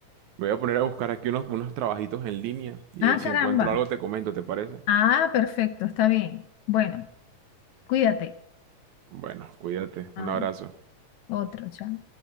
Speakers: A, on the right (about 75°); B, on the left (about 75°).
A: me voy a poner a buscar aquí unos, unos trabajitos en línea y
B: Ah,
A: si
B: caramba.
A: encuentro algo te comento, ¿te parece?
B: Ah, perfecto, está bien. Bueno, cuídate.
A: Bueno, cuídate,
B: Ah,
A: un abrazo.
B: otro, chao.